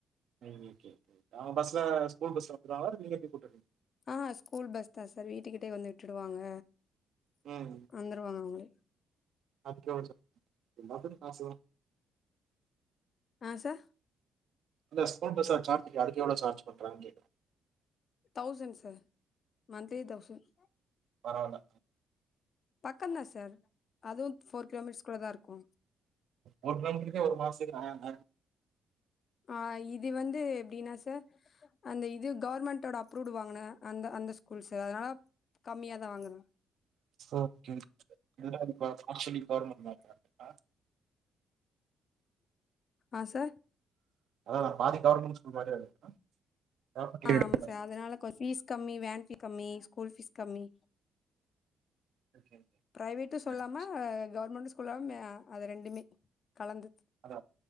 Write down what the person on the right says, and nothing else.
ம் ஓகே அவுங்க பஸ்ல ஸ்கூல் பஸ்ல வந்துறுவாங்களா இல்ல நீங்க போய் கூட்டு வருவீங்
ம்
அதுக்கு எவ்ளோ எல்லாத்துக்கு காசுதா
இந்த ஸ்கூல் பஸ்ஸ சார்ஜ் அதுக்கு எவ்ளோ சார்ஜ் பண்றாங்க கேட்ட
பரவால்ல
ஒருத்தங்களுக்கே ஒரு மாசத்துக்கு நாலாயிரம் தா
ஓகே இதுல கொஞ்சோ ப்ராப்ளமா ஆக்சுவலி கவர்மா <unintelligible>
அதா பாதி கவர்மெண்ட் ஸ்கூல் மாதிரி இருக்குதா கவர்மெண்ட்
எயிட்தா
ஓகே ஓகே
ம் சரி
ஹலோ